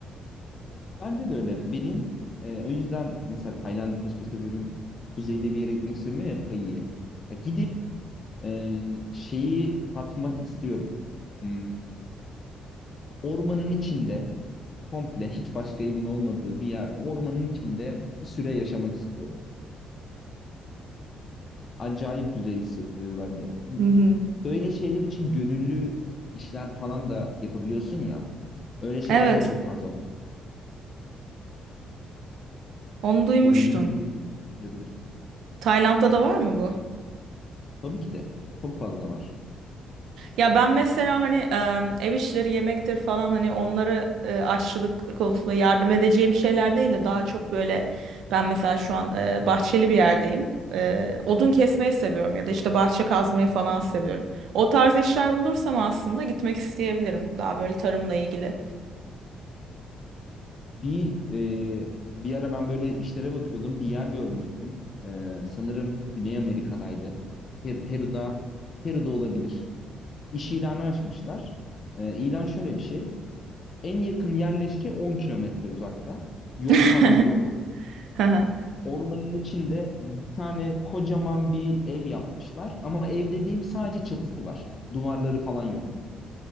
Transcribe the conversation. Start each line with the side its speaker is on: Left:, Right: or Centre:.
Left: Bence de öyle. Benim e, o yüzden mesela Tayland'ı seçme sebebim kuzeyde bir yere gitmek istiyorum ya Pai'ye. Ya Gidip e, şeyi tatmak istiyorum. Hmm, ormanın içinde komple hiç başka evin olmadığı bir yerde ormanın içinde bir süre yaşamak istiyorum. Acayip güzel hissettirir bence.
Right: Hı hı.
Left: Böyle şeyler için gönüllü işler falan da yapabiliyorsun ya. Öyle şeyler
Right: Evet.
Left: de çok fazla.
Right: Onu duymuştum.
Left: Gönüllülükle de gitmeyi düşünebilirsin.
Right: Tayland'da da var mı bu?
Left: Tabii ki de. Çok fazla var.
Right: Ya ben mesela hani e, ev işleri yemektir falan hani onları e, aşçılık konusunda yardım edeceğim şeyler değil de daha çok böyle ben mesela şu an e, bahçeli bir yerdeyim. E, odun kesmeyi seviyorum ya da işte bahçe kazmayı falan seviyorum. O tarz işler bulursam aslında gitmek isteyebilirim. Daha böyle tarımla ilgili.
Left: Bir e, bir ara ben böyle işlere bakıyordum. Bir yer görmüştüm. E, sanırım Güney Amerika'daydı. Per- Peru'da Peru'da olabilir. İş ilanı açmışlar. E, ilan şöyle bir şey. En yakın yerleşke 10 kilometre uzakta. Yol
Right: <laughs>
Left: falan yok.
Right: Hı hı,
Left: Ormanın içinde bir tane kocaman bir ev yapmışlar. Ama ev dediğim sadece çatısı var. Duvarları falan yok.